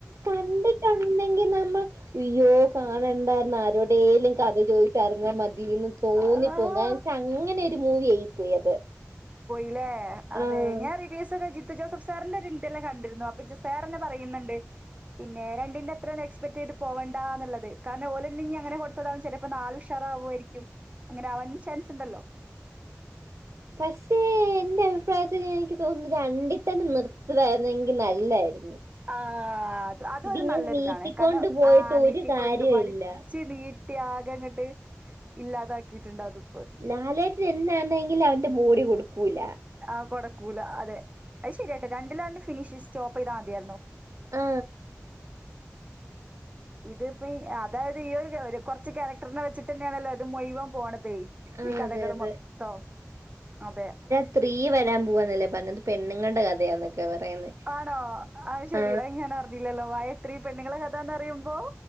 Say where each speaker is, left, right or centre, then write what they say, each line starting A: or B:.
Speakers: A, on the right; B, on the right.
A: കണ്ടിട്ടൊണ്ടെങ്കിൽ നമ്മൾ അയ്യോ കാണണ്ടായിര്ന്നു ആരോ ഡെലും കഥ ചോദിച്ചർ ന്നാ മതിന്ന് തോന്നിപ്പോവും
B: ആഹ്
A: കാര വെച്ചാ അങ്ങനെ ഒരു മൂവി ആയി പോയി അത്
B: ല്ലെ അതെ
A: ആഹ്
B: ഞാൻ റിബിയസ് ഒക്കെ ജി ത്തു ജോസഫ് സാറിന്റെ ഒരു ഇന്റെ എല്ലാം കണ്ടിര്ന്നു അപ്പൊ ഇജു സാർന്നെ പറയ്ന്ന്ണ്ട് പിന്നെ രണ്ടിന്റെ അത്രയൊന്നും എക്സ്പെക്ട് ചെയ്ത് പോവണ്ടാ എന്നുള്ളത് കാരണം ഓലെന്നെ ഇഞ് അങ്ങനെ കൊട്ത്തതാവും ചെലെപ്പോ നാൽ ഉഷാ റാവു ആയിരിക്കും അങ്ങനെ ആവാനും ചാൻസ് ഇണ്ടല്ലോ
A: പക്ഷേ എന്റെ അഭിപ്രായത്തിൽ എനിക്ക് തോന്നുന്നു രണ്ടിൽ തന്നെ നിർത്ത്ണായിരുന്നു എങ്കിൽ നല്ലായിരുന്നു
B: ആ അത് അതൊരു
A: ഇതിങ്ങനെ
B: നല്ലൊരു
A: നീട്ടിക്കൊണ്ട്
B: ഇതാണ് കാരണം
A: പോയിട്ട്
B: ആ
A: ഒരു
B: നീട്ടിക്കൊണ്ട്
A: കാര്യമില്ല
B: വലിച്ച് നീ ട്ടി ആകെ ഇങ്ങട്ട് ഇല്ലാതാക്കിട്ട് ഇണ്ട് അതും
A: ലാലേട്ടന് എന്താണ്ടെങ്കിൽ അവന്റെ മോടി കൊട്ക്കൂല്ലാ
B: ആ കൊട്ക്കൂലാ അതെ അത് ശരിയാട്ടോ രണ്ടിലും അവന്റെ ഫിനിഷ് സ്റ്റോപ്പ് ചെയ്താ മതിയായിരുന്നു
A: ആ
B: ഇത് ഇപ്പ ഈ അതായത് ഈ ഒരു കൊർച്ച് ക്യാരക്ടറിനെ വെച്ചിട്ട് യെന്നെയാണല്ലോ ഇത് മുഴ്‌വം പോണത്
A: ആ,
B: ഈ കഥകൾ
A: അതെ അതെ
B: മൊത്തം അതെ
A: സ്ത്രീ വരാൻ പോവാന്ന് അല്ലേ പർണത് പെണ്ണ്ങ്ങൾടെ കഥയാന്നൊക്കെ പറയുന്നത്
B: ആണോ അയ് ശരി
A: ആ
B: അയ് ഞാൻ അറിഞ്ഞില്ലല്ലോ വാഴ ത്രി പെണ്ണ്ങ്ങളെ കഥാന്ന് പറയിമ്പോ